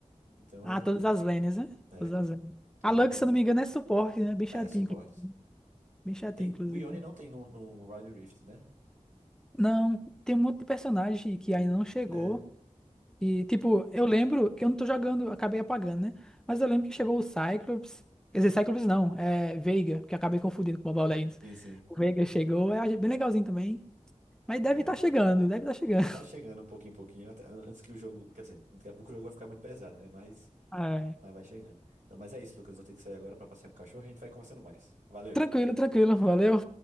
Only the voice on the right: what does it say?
Então
é
isso.
É,
todas
as lanes.
É, suporte.
Tem,
o Yone não tem no, no Wild Rift, né?
Tem.
é.
Sim, sim.
Né?
Vai chegando um pouquinho em pouquinho, até- antes que o jogo. Quer dizer, daqui a pouco o jogo vai ficar muito pesado, né? Mas,
mas vai chegando. Não, mas é isso, Lucas. Vou ter que sair agora pra passear com o cachorro e a gente vai conversando mais. Valeu.